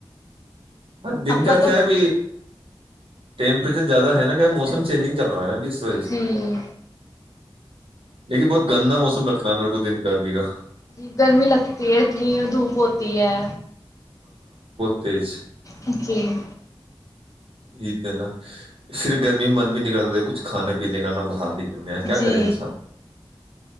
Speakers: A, on the right; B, on the left.
A: ہ دن
B: آپ
A: کا
B: تو
A: کیا اب ٹیمپریچر زیادہ ہے نا کیا موسم چینجنگ چل رہا ہے ناب اس وجہ سے
B: جی
A: دیکھیے بہت گندا موسم لگتا ہے میرے کچھ دن کا ابھی کا
B: جی گرمی لگتی ہے اتنی دھوپ ہوتی ہے
A: تیج <unintelligible>
B: جکی <unintelligible>
A: جتے ہے نا پرف گرمی میں من بھی نکلتا تھا کچھ کھانے پینے کانا باہر نکل کر کیا
B: جی
A: کرے انسان